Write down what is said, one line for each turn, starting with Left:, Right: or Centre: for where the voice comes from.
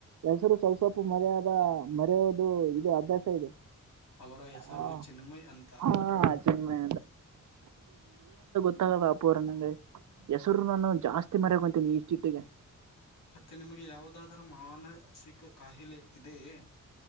Right: ಹೆಸರು ಸ್ವಲ್ಪ ಸ್ವಲ್ಪ ಮರೆಯಾದ ಮರೆಯೋದು ಇದು ಅಭ್ಯಾಸ ಇದೆ
Left: ಅವರ ಹೆಸರು
Right: ಹಾ
Left: ಚಿನ್ಮಯ್ ಅಂತ
Right: ಹಾ ಚಿನ್ಮಯ ತ್ತಗಲ್ಲ ಅಪ್ಪುರ ನಂಗೆ ಹೆಸರು ನಾನು ಜಾಸ್ತಿ ಮರಾಗೊಂತೀನಿ ಈ ಚಿತಿಗೆ
Left: ಮತ್ತೆ ನಿಮಗೆ ಯಾವದಾದರೂ ಮಾನಸಿಕ ಕಾಯಿಲೆ ಇದೆಯೇ